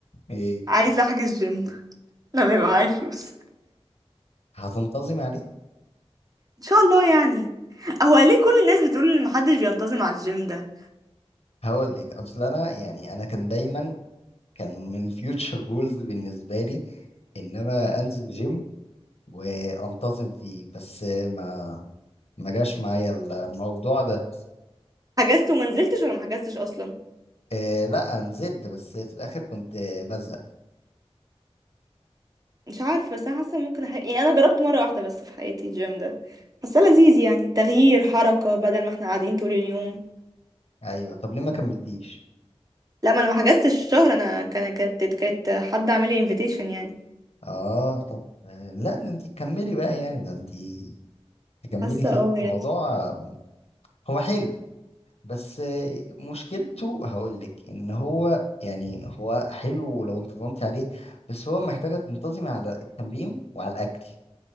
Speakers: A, on the left; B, on the right.
A: ايه
B: عايزة احجز جيم <laughs> لما يبقى معايا فلوس
A: هتنتظمي عليه
B: ان شاء الله يعني هو ليه كل الناس بتقول ان محدش بينتظم على الجيم ده
A: هقول لك اصل انا يعني انا كان دايما كان من الفيوتشر جولز بالنسبه لي ان انا انزل جيم وانتظم فيه بس ما ما جاش معايا الموضوع ده
B: حجزت وما نزلتش ولا ما حجزتش اصلا
A: إيه لا نزلت بس في الاخر كنت بزهق
B: مش عارفة بس أنا حاسة ممكن أح... يعني أنا جربت مرة واحدة بس في حياتي الجيم ده حاسة لذيذ يعني تغيير حركة بدل ما احنا قاعدين طول اليوم
A: ايوه طب ليه ما كملتيش
B: لا ما أنا ما حجزتش الشهر أنا كان كانت كانت حد عامل لي invitation يعني
A: اه طب آه، لا ده انت كملي بقى يعني ده انت تكملي
B: حاسة
A: فيه
B: اه يعني
A: موضوع هو حلو بس مشكلته هقول لك ان هو يعني هو حلو لو انتظمتي عليه بس هو محتاجة تنتظمي على التمرين وعلى الاكل